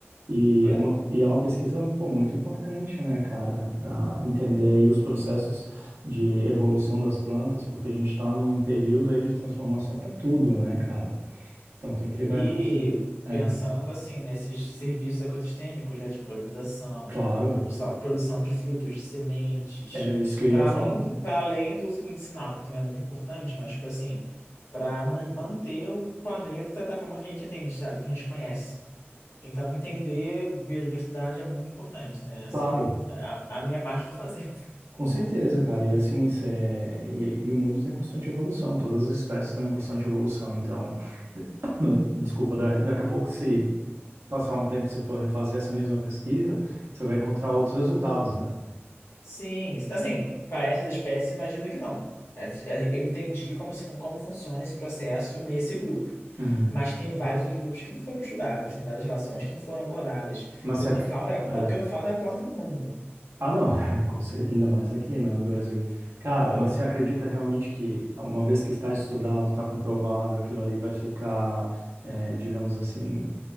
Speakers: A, on the right (about 70°); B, on the left (about 80°).
A: E
B: Valeu.
A: é uma, e é uma pesquisa, pô, muito importante, né, cara, para entender aí os processos de evolução das plantas, porque a gente está num período aí de transformação para tudo, né, cara? Então tem que levar
B: E
A: em consideração. É,
B: pensando assim nesses serviços ecossistêmicos, né, de polinização,
A: claro,
B: produção, produção de frutos, de sementes,
A: era isso que eu
B: para
A: ia falar.
B: além, do, para além do uso medicinal, que também é muito importante, mas tipo assim, para manter o planeta da forma que a gente entende, sabe, que a gente conhece. Então, entender biodiversidade é muito importante, né? Assim,
A: Claro,
B: a, a minha parte eu tô fazendo.
A: com certeza, cara. E assim, cê- e, e o mundo está em constante evolução, todas as espécies estão em constante evolução. Então, <coughs> de- <clears throat> desculpa, da- daqui a pouco, se passar um tempo e você for refazer essa mesma pesquisa, você vai encontrar outros resultados, né?
B: Sim, assim, para essas espécies, imagino que não. Essas- eh, Eu entendi como, se fun- como funciona esse processo nesse grupo.
A: Uhum.
B: Mas tem vários outros grupos que não foram estudados, tem várias relações que não foram abordadas.
A: Mas
B: O
A: se
B: que
A: ac...
B: não falta, é,
A: é.
B: o que não falta é a planta no mundo.
A: Ah, não, <laughs> com cer- ainda mais aqui, né, no Brasil. Cara,
B: É.
A: mas você acredita realmente que, uma vez que está estudado, está comprovado, aquilo ali vai ficar, é, digamos assim,